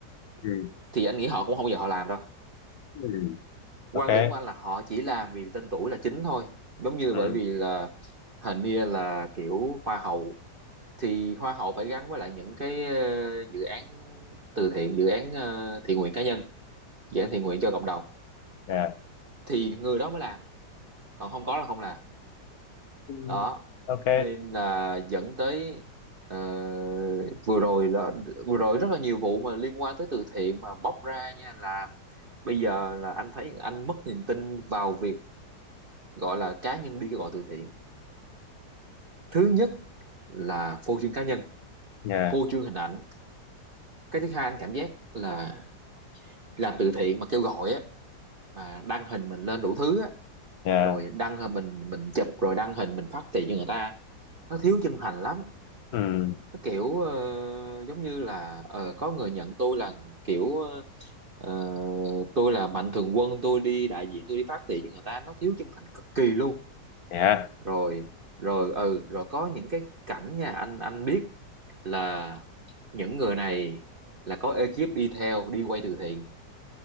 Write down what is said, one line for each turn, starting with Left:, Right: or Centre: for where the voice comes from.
Left: ừ,
Right: thì anh nghĩ họ cũng không bao giờ họ làm đâu
Left: ừ.
Right: quan
Left: okay
Right: điểm của anh là họ chỉ làm vì tên tuổi là chính thôi giống như
Left: ừ
Right: bởi vì là hình như là kiểu hoa hậu thì hoa hậu phải gắn với lại những cái ờ, dự án từ thiện dự án ờ, thiện nguyện cá nhân dự án thiện nguyện cho cộng đồng
Left: yeah
Right: thì người đó mới làm còn không có là không làm
Left: Ừ.
Right: đó
Left: ok
Right: nên là dẫn tới ờ, vừa rồi đó vừa rồi rất là nhiều vụ mà liên quan tới từ thiện mà bóc ra nha là bây giờ là anh thấy anh mất niềm tin vào việc gọi là cá nhân đi kêu gọi từ thiện thứ nhất là phô trương cá nhân
Left: yeah
Right: phô trương hình ảnh cái thứ hai anh cảm giác là làm từ thiện mà kêu gọi á mà đăng hình mình lên đủ thứ á
Left: yeah
Right: rồi đăng hình mình mình chụp rồi đăng hình mình phát tiền cho người ta nó thiếu chân thành lắm
Left: ừ
Right: nó kiểu ờ, giống như là ờ, có người nhận tôi là kiểu ờ, tôi là mạnh thường quân tôi đi đại diện tôi đi phát thị cho người ta nó thiếu chân thành cực kỳ luôn
Left: yeah
Right: rồi rồi ừ rồi có những cái cảnh nha anh anh biết là những người này là có ekip đi theo đi quay từ thiện